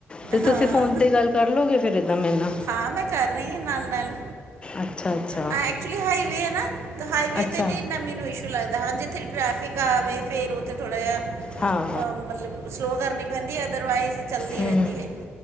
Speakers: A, on the left; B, on the right.
A: ਤੇ
B: ਹਾਂ
A: ਤੁਸੀਂ ਫੋਨ ਤੇ ਗੱਲ ਕਰਲੋਗੇ ਫੇਰ ਏਦਾਂ ਮੇਰੇ ਨਾਲ।
B: ਹਾਂ, ਮੈਂ ਕਰ ਰਹੀ ਹਾਂ ਨਾਲ-ਨਾਲ।
A: ਅੱਛਾ ਅੱਛਾ
B: ਐਕਚੁਲੀ ਹਾਈਵੇ ਹੈ ਨਾ ਹਾਈਵੇ
A: ਅੱਛਾ
B: ਤੇ ਨ ਮੈਨੂੰ ਇਸ਼ੂ ਲੱਗਦਾ ਹਾਂ, ਜਿੱਥੇ ਟ੍ਰੈਫਿਕ ਆਵੇ ਫੇਰ ਉੱਥੇ ਥੋੜਾ ਜਿਹਾ ਅਹ
A: ਹਾਂ
B: ਮਤਲਬ ਸਲੋਅ ਕਰਨੀ ਪੈਂਦੀ ਹੈ। ਅਦਰਵਾਈਜ਼ ਚੱਲਦੀ
A: ਹਮ,
B: ਰਹਿੰਦੀ ਹੈ।